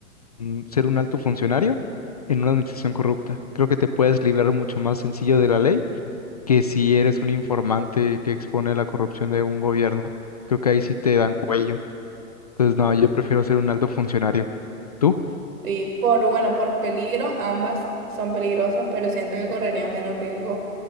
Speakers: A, on the left; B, on the right.
A: mm, ser un alto funcionario en una administración corrupta. Creo que te puedes liberar mucho más sencillo de la ley que si eres un informante que expone la corrupción de un gobierno. Creo que ahí sí te dan cuello. Entonces, no, yo prefiero ser un alto funcionario. ¿Tú?
B: Y por, bueno, por peligro, ambas son peligrosas, pero siento que correría menos riesgo